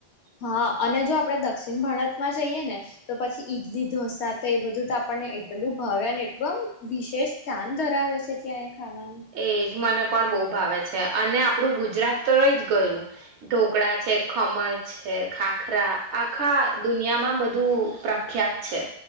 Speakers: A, on the left; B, on the right.
A: હા અને જો આપણે દક્ષિણ ભારતમાં જઈએ ને તો પછી ઈડલી ઢોસા તો એ બધું તો આપણને એટલું ભાવે અને એટલું આમ વિશેષ ધ્યાન ધરાવે છે ત્યાં એ. ખાવાનું
B: એજ મને પણ બઉ ભાવે છે અને આપણું ગુજરાત તો રહી જ ગયું ઢોકળા છે ખમણ છે ખાખરા આખા દુનિયામાં બધું પ્રખ્યાત છે.